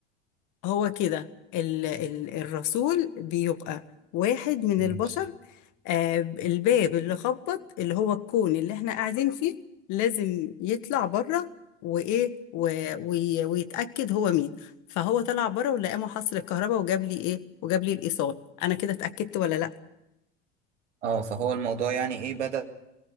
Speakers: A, on the left; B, on the right.
A: هو كده ال ال الرسول بيبقى واحد من
B: ماشي
A: البشر آه الباب اللي خبط اللي هو الكون اللي احنا قاعدين فيه لازم يطلع بره وايه و- وي- ويتأكد هو مين فهو طلع بره ولقى محصل الكهرباء وجاب لي ايه وجاب لي الايصال انا كده اتأكدت ولا لا
B: اه فهو الموضوع يعني ايه بدأ